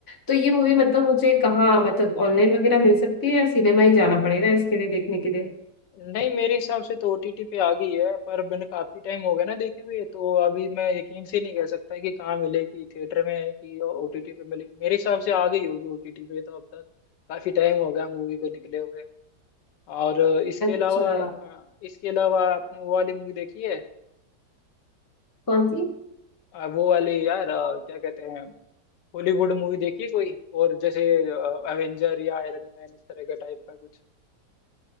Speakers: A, on the left (about 20°); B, on the left (about 80°).
A: तो ये मूवी मतलब मुझे कहाँ मतलब ऑनलाइन वगैरह मिल सकती है या सिनेमा ही जाना पड़ेगा इसके लिए देखने के लिए
B: नहीं मेरे हिसाब से तो ओटीटी पे आ गई है पर मैंने काफी टाइम हो गया ना देखे हुए तो अभी मैं यकीन से नहीं कह सकता कि कहाँ मिलेगी थिएटर में है कि ओटीटी पे मिलेगी मेरे हिसाब से आ गई होगी ओटीटी पे तो अब तक काफी टाइम हो गया मूवी को निकले हुए और इसके
A: अच्छा
B: अलावा हाँ इसके अलावा आपने वो वाली मूवी देखी है
A: कौन सी
B: आ, वो वाली यार आ, क्या कहते हैं हॉलीवुड मूवी देखी कोई और जैसे एवेंजर या आयरन मैन इस तरह का टाइप का कुछ